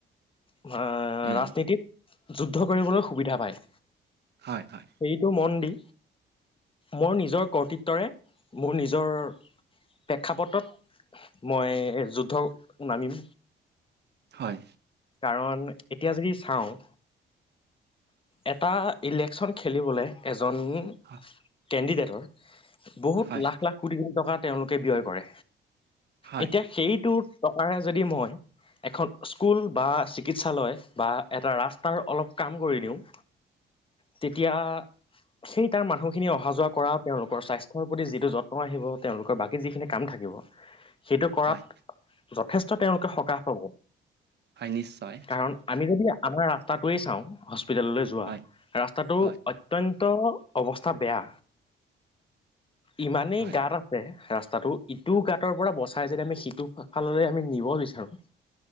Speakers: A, on the left; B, on the right.
A: আহ
B: উম
A: ৰাজনীতিত যুদ্ধ কৰিবলৈ সুবিধা পায়।
B: হয় হয়
A: এইটো মন দি- মোৰ নিজৰ কৰ্তৃত্বৰে মোৰ নিজৰ প্ৰেক্ষাপটত। মই যুদ্ধ নামিম।
B: হয়ঁ।
A: কাৰণ এতিয়া যদি চাওঁ- এটা ইলেকচন খেলিবলে এজন-
B: হয়
A: কেণ্ডিডেটৰ বহুত
B: হয়
A: লাখ লাখ কোটি কোটি টকা তেওঁলোকে ব্যয় কৰে।
B: হয়
A: এতিয়া সেইটো টকাৰে যদি মই এখন স্কুল- বা চিকিৎসালয় বা এটা ৰাস্তাৰ অলপ কাম কৰি দিওঁ- তেতিয়া- সেই তাৰ মানুহখিনি অহা যোৱা কৰা তেওঁলোকৰ স্বাস্থ্যৰ প্ৰতি যিটো যত্ন আহিব তেওঁলোকৰ বাকী যিখিনি কাম থাকিব। সেইটো কৰাত
B: হয়
A: যথেষ্ট তেওঁলোকে সকাহ পাব।
B: হয় নিশ্চয়।
A: কাৰণ আমি যদি আমাৰ ৰাস্তাটোৱেই চাওঁ হস্পিতেললৈ যোৱা
B: হয়
A: ৰাস্তাটো
B: হয়
A: অত্যন্ত অৱস্থা বেয়া ইমানেই
B: হয়
A: গাত আছে। ৰাস্তাটো ইটো গাঁতৰ পৰা বচাই যদি আমি সিটো ফাললৈ আমি নিব বিচাৰো।